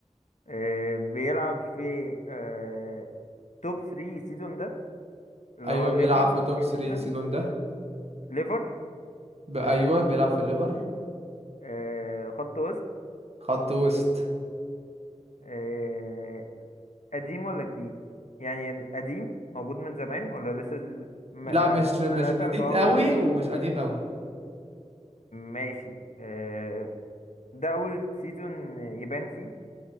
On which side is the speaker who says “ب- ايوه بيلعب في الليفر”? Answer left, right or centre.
Right